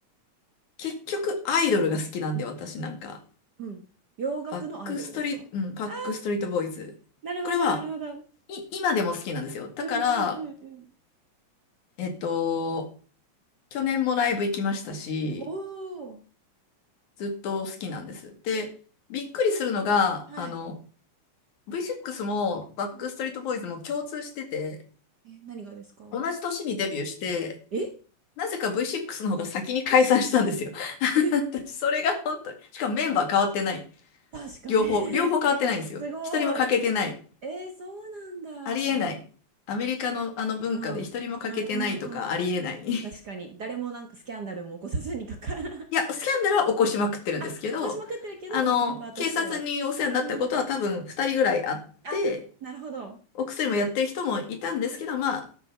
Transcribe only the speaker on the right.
うん。洋楽のアイドルですかああ
ー、なるほど、
なるほど。
うんうんうんうん。
おお、
はい。
うんえ、何がですか
え
え
確かに
<laughs>
すごい。
えー、そうなん
だ。
うん。うんうんうん。
確かに。誰もなんかスキャンダルも起こさずにとか <laughs>
あ、起こしまくってるけど、
メンバーとしては。
うん。あ、なるほど。
え